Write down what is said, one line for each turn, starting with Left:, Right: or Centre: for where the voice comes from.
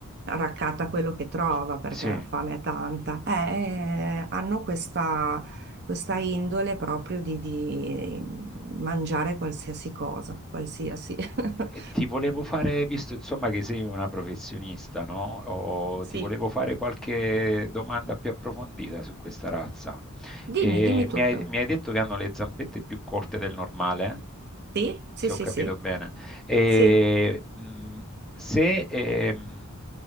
Right: raccatta quello che trova
Centre: c-
Right: perché
Centre: sì.
Right: la fame è tanta. Eh, eh, hanno questa, questa indole proprio di, di mangiare qualsiasi cosa, qualsiasi. <laughs>
Centre: E ti volevo fare, visto insomma che sei una professionista, no? O
Right: Sì,
Centre: ti volevo fare qualche domanda più approfondita su questa razza.
Right: dimmi,
Centre: E
Right: dimmi tutto.
Centre: mi hai, mi hai detto che hanno le zampette più corte del normale?
Right: Sì, sì,
Centre: se
Right: sì,
Centre: ho capito
Right: sì,
Centre: bene. E,
Right: sì,
Centre: mh, se, ehm,